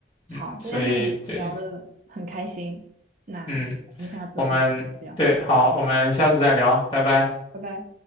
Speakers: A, on the right; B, on the left.
A: 好，
B: 嗯，
A: 今天和你聊的很开心，
B: 所以对，
A: 那我们下次可以再聊，
B: 嗯，我们对，好，我们下次再聊，拜拜。
A: 拜拜。